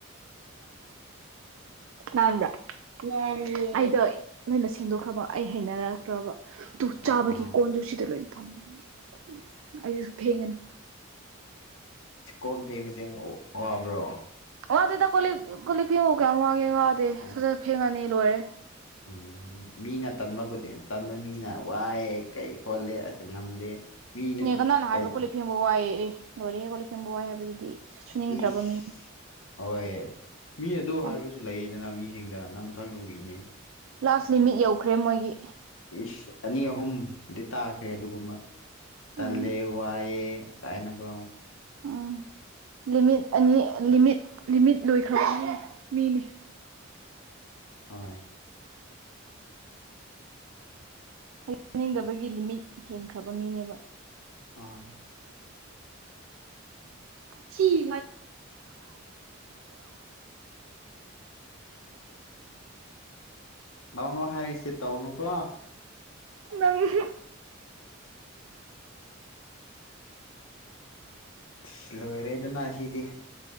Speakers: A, on the right; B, on the left.
A: ꯅꯥꯟꯕ꯭ꯔꯥ ꯑꯩꯗ ꯅꯣꯏꯅ ꯁꯦꯡꯗꯣꯛꯈ꯭ꯔꯕ ꯑꯩ ꯍꯩꯅꯔꯛꯇ꯭ꯔꯕ ꯇꯨ
B: ꯑ
A: ꯆꯥꯕꯒꯤ
B: ꯑꯥ
A: ꯀꯣꯟꯖꯨꯁꯤꯗ ꯂꯣꯏ ꯊꯝꯃꯦ ꯑꯩꯁꯨ ꯊꯦꯡꯒꯅꯤ
B: ꯀꯣꯟ ꯐꯦꯡꯕꯁꯦ ꯋꯥꯕ꯭ꯔꯣ
A: ꯋꯥꯗꯦꯗ ꯀꯣꯂꯤ ꯀꯣꯂꯤ ꯐꯦꯡꯒꯣ ꯀꯌꯥꯦ ꯋꯥꯗꯦ
B: ꯑꯣ
A: ꯁ ꯐꯦꯡꯉꯅꯤ ꯂꯣꯏꯔꯦ
B: ꯎꯝ ꯃꯤꯅ ꯇꯟꯕ ꯈꯨꯗꯤꯡ ꯇꯟꯕ ꯃꯤꯅ ꯋꯥꯏꯑꯦ ꯀꯩ ꯈꯣꯠꯂꯦ ꯑꯁꯨ ꯉꯝꯗꯦ ꯃꯤꯅ
A: ꯏ ꯀ ꯅꯅ
B: ꯀꯩꯅꯣ
A: ꯍꯥꯏꯕ ꯀꯣꯂꯤꯞ ꯐꯦꯡꯕ ꯋꯥꯏ ꯂꯣꯏꯔꯦꯍꯦ ꯀꯣꯂꯤꯞ ꯐꯦꯡꯕ ꯋꯥꯏ ꯍꯥꯏꯕꯗꯨꯗꯤ ꯁꯨꯅꯤꯡꯗ꯭ꯔꯕ
B: ꯏꯁ
A: ꯃꯤꯅꯤ
B: ꯍꯣꯏ ꯃꯤ ꯑꯗꯨ
A: ꯌꯥꯝ
B: ꯍꯥꯏꯕꯁꯨ ꯂꯩꯌꯦꯗꯅ ꯃꯤ ꯁꯤꯡꯗ ꯅꯪ ꯈꯪꯗꯕꯒꯤꯅꯤ
A: ꯂꯥꯁ ꯂꯤꯃꯤꯠ ꯌꯧꯈ꯭ꯔꯦ ꯃꯣꯏꯒꯤ
B: ꯏꯁ ꯑꯅꯤ ꯑꯍꯨꯝꯗꯤ ꯇꯥꯈ꯭ꯔꯦ ꯑꯗꯨꯒꯨꯝꯕ ꯇꯜꯂꯦ
A: ꯎꯝ
B: ꯋꯥꯑ ꯇꯥꯏꯅꯀꯣ
A: ꯎꯝ ꯂꯤꯃꯤꯠ ꯑꯅꯤ ꯂꯤꯃꯤꯠ ꯂꯤꯃꯤꯠ ꯂꯣꯏꯈ꯭ꯔꯣ ꯃꯤꯅꯤ
B: ꯍꯣꯏ
A: ꯍꯥꯏꯖꯅꯤꯡꯗꯕꯒꯤ ꯂꯤꯃꯤꯠ ꯍꯦꯟꯈ꯭ꯔꯕ ꯃꯤꯅꯦꯕ
B: ꯑꯥ
A: ꯁꯤ ꯏ
B: ꯂꯥꯎꯅꯨ ꯍꯥꯏꯔꯁꯦ ꯇꯥꯎꯅꯨ ꯀꯣ
A: ꯃꯪꯁꯤ
B: ꯁ꯭ꯂ ꯑꯣꯏꯔꯗꯅ ꯁꯤꯩꯗꯤꯦ